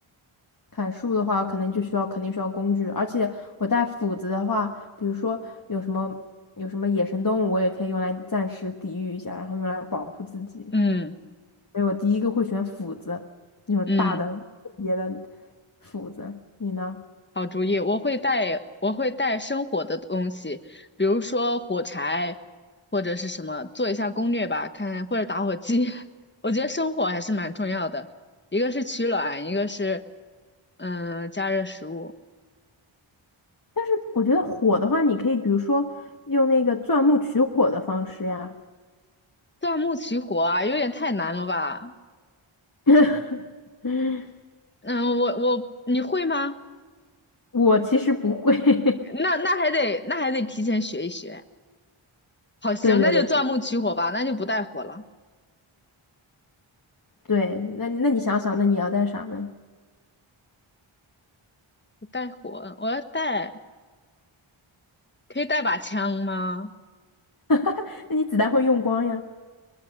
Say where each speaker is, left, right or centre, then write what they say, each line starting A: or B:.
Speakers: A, on the left; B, on the left.
A: 砍树的话，可能就需要肯定需要工具，而且我带斧子的话，比如说有什么有什么野生动物，我也可以用来暂时抵御一下，然后用来保护自己。
B: 嗯
A: 所以我第一个会选斧子，那种大的特别的
B: 嗯。
A: 斧子。你呢？
B: 好主意，我会带我会带生火的东西，比如说火柴或者是什么，做一下攻略吧，看或者打火机。<laughs> 我觉得生火还是蛮重要的，一个是取暖，一个是嗯、加热食物。
A: 但是我觉得火的话，你可以比如说用那个钻木取火的方式呀。
B: 钻木取火啊，有点太难了吧？
A: <laughs>
B: 嗯，我我你会吗？
A: 我其实不会。<laughs>
B: 那那还得那还得提前学一学。好，行，
A: 对对对
B: 那就钻木取火吧，那就不带火了，
A: 对，那那你想想，那你要带啥呢？
B: 不带火，我要带，可以带把枪吗？
A: <laughs> 那你子弹会用光呀。